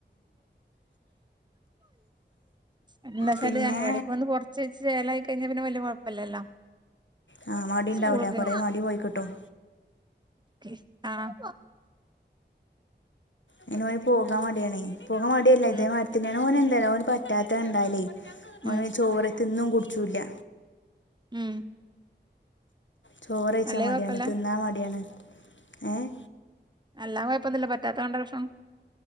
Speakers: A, on the right; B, on the left.
A: എന്താച്ചാല്
B: പിന്നെ
A: അംഗൻവാടിക്ക്‌ പൊന്ന് കൊറച്ച് ചെല കഴിഞ്ഞ പിന്നെ വല്യ കുഴപ്പല്ലല്ലോ
B: ആ മടി
A: സ്കൂളൊക്കെ
B: ഉണ്ടാവില്ല കുറേ മടി പോയി കിട്ടും
A: ഉം ആഹ്
B: പിന്നെ ഓന് പോകാൻ മടിയണേ പോകാൻ മടിയല്ല
A: ഉം
B: ഇതേ മരത്തിന്നെയാണ് ഓന് എന്താല് ഓന് പറ്റാത്തണ്ടല്ലേ
A: ഉം
B: ഓന് ചോർത്തിന്നും കുടിച്ചൂല്ല
A: ഉം
B: ചോറഴ്ച്ചാൻ
A: അല്ലേ
B: മടിയാണ്
A: കൊഴപ്പല്ല
B: തിന്നാ മടിയാണ് ഏഹ്
A: എല്ലാം കുഴപ്പൊന്നുവില്ല പറ്റാതൊണ്ട പ്രശ്നം